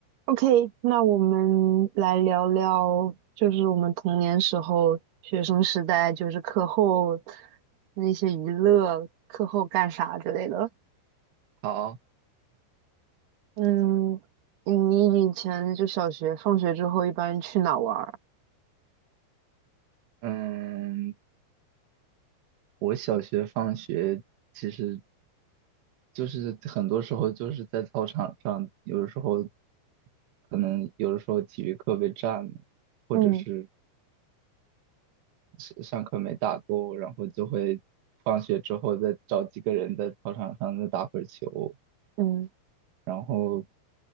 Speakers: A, on the right; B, on the right.
A: OK，那我们来聊聊，就是我们童年时候、学生时代，就是课后那些娱乐，课后干啥之类的。
B: 好，
A: 嗯，你以前就小学放学之后一般去哪玩儿？
B: 嗯，我小学放学其实就是很多时候就是在操场上，有的时候可能有的时候体育课被占了，或者是
A: 嗯
B: 上上课没打够，然后就会放学之后再找几个人在操场上再打会儿球。
A: 嗯
B: 然后